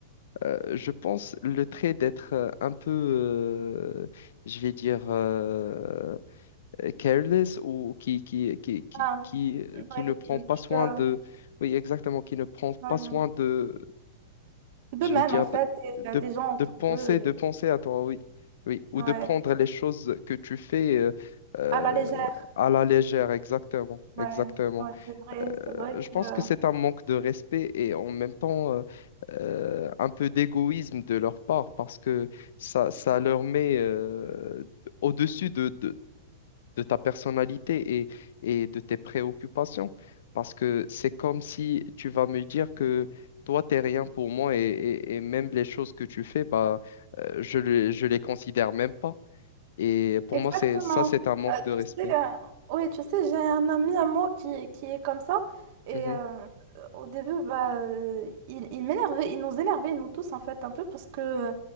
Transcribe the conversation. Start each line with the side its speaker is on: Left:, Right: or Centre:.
Left: euh, je pense, le trait d'être euh, un peu, euh, je vais dire, euh, careless ou qui, qui, qui, qui,
Right: Ah.
Left: qui,
Right: Ouais.
Left: qui ne prend
Right: Tu,
Left: pas soin
Right: euh,
Left: de, oui, exactement, qui ne prend
Right: ouais.
Left: pas soin de,
Right: De
Left: je
Right: même,
Left: vais dire,
Right: en fait,
Left: de,
Right: il y a
Left: de,
Right: des gens autour
Left: de penser,
Right: d'eux.
Left: de
Right: et-
Left: penser à toi, oui, oui, ou
Right: Ouais.
Left: de prendre les choses que tu fais euh, euh,
Right: À la légère.
Left: à la légère, exactement,
Right: Ouais,
Left: exactement.
Right: ouais, c'est vrai. C'est vrai
Left: Euh, Je pense
Right: que euh,
Left: que c'est un manque de respect et en même temps euh, euh, un peu d'égoïsme de leur part parce que ça, ça leur met euh, au-dessus de de, de ta personnalité et, et de tes préoccupations. Parce que c'est comme si tu vas me dire que toi, t'es rien pour moi et, et- et même les choses que tu fais, bah, euh, je le- je les considère même pas. Et pour
Right: Exactement.
Left: moi, c'est ça, c'est un manque
Right: Euh,
Left: de respect.
Right: tu sais, euh, oui, tu sais, j'ai un ami à moi qui, qui est comme ça. Et
Left: Mhm,
Right: euh, au début, bah, euh, il, il m'énervait, il nous énervait, nous tous, en fait, un peu, parce que, euh,